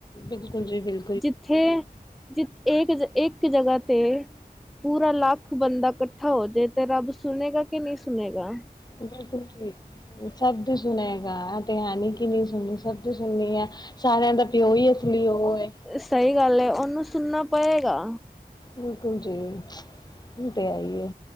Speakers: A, on the left (about 25°); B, in the centre.
A: ਬਿਲਕੁੱਲ ਜੀ ਬਿਲ
B: ਜਿੱਥੇ ਜਿ ਏਕ ਜਗ ਇੱਕ ਜਗ੍ਹਾ 'ਤੇ ਪੂਰਾ ਲੱਖ ਬੰਦਾ ਕੱਠਾ ਹੋਜੇ ਤੇ ਰੱਬ ਸੁਨੇਗਾ ਕਿ ਨਈ ਸੁਨੇਗਾ?
A: ਕਿਨਾ ਕੁ ਖੇਡਨੈ? ਓ ਸਭ ਦੀ ਸੁਨੇਗਾ, ਐ ਤੇ ਹੈਨੀ ਕਿ ਨਈ ਸੁਨਨੀ, ਸਭ ਦੀ ਸੁਨਨੀ ਐ। ਸਾਰਿਆਂ ਦਾ ਪਿਓ ਈ ਅਸਲੀ ਓ ਏ।
B: ਸਈ ਗੱਲ ਏ, ਉਨੂੰ ਸੁਨਨਾ ਪਏਗਾ।
A: ਬਿਲਕੁੱਲ ਜੀ, ਓ ਤੇ ਹੈ ਈ ਏ